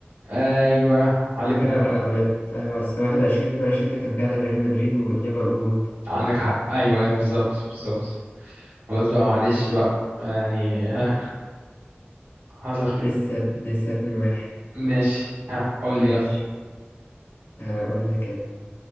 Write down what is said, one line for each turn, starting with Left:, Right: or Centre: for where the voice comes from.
Right: ايوه عليك
Left: أنا كده
Right: نور
Left: غلطت أيوة بس واحد وعشرين اتنين وعشرين ده كان فعلا ريال مدريد وليفربول
Right: عندك حق ايوه ايوه بالظبط بالظبط
Left: مم.
Right: خلاص بقى معلش بقى يعني ها حصل خير
Left: لسه لسه اتنين واحد
Right: ماشي ها قول لي
Left: ماشي
Right: يلا
Left: أقول لك أنا